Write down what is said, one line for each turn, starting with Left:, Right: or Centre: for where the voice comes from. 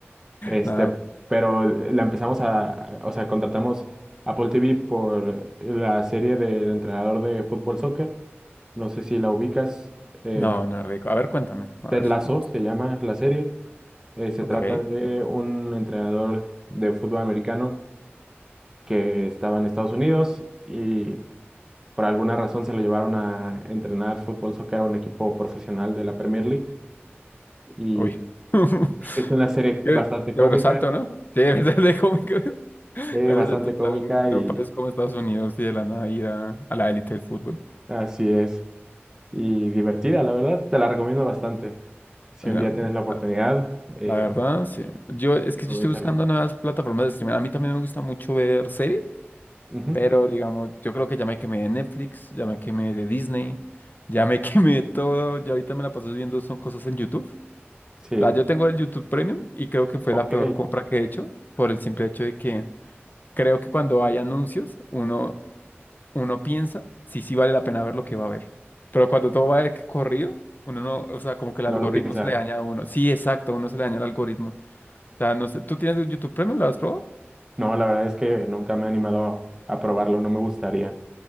Right: Este,
Left: no,
Right: pero la empezamos a, o sea, contratamos Apple TV por la serie del entrenador de fútbol soccer. No sé si la ubicas. em,
Left: no, no, rico. A ver, cuéntame. A
Right: Ted
Left: ver.
Right: Lasso
Left: no,
Right: se llama la serie. Eh, se
Left: Ok.
Right: trata de un entrenador de fútbol americano que estaba en Estados Unidos y Por alguna razón se lo llevaron a entrenar fútbol, soccer a un equipo profesional de la Premier League. Y
Left: Uy. <laughs>
Right: <laughs> es una serie
Left: Qué
Right: bastante
Left: qué
Right: cómica,
Left: bueno, salto, ¿no? Sí, <laughs> de cómo que-
Right: eh,
Left: Imagínate
Right: bastante
Left: tú estar
Right: cómica
Left: en, en
Right: y
Left: un país como Estados Unidos y de la nada ir a, a la élite del fútbol.
Right: así es. Y divertida, la verdad. Te la recomiendo bastante. Si
Left: La,
Right: un día tienes la oportunidad,
Left: la-
Right: eh,
Left: la verdad, sí. Yo, es que
Right: aprovéchala.
Left: yo estoy buscando nuevas plataformas de streaming. A mí también me gusta mucho ver series,
Right: Ujú,
Left: pero digamos, yo creo que ya me quemé de Netflix, ya me quemé de Disney, ya me <laughs> quemé de todo. Yo ahorita me la paso viendo son cosas en YouTube.
Right: Sí,
Left: O sea, yo tengo el YouTube Premium y creo que fue
Right: ok.
Left: la peor compra que he hecho por el simple hecho de que creo que cuando hay anuncios, uno, uno piensa si sí vale la pena ver lo que va a ver. Pero cuando todo va de que corrido, uno no, o sea, como que el
Right: No
Left: algoritmo
Right: lo piensa.
Left: se le daña a uno. Sí, exacto, uno se le daña el algoritmo. O sea, no sé, ¿tú tienes YouTube Premium? ¿Lo has probado?
Right: No, la verdad es que nunca me he animado a probarlo. No me gustaría.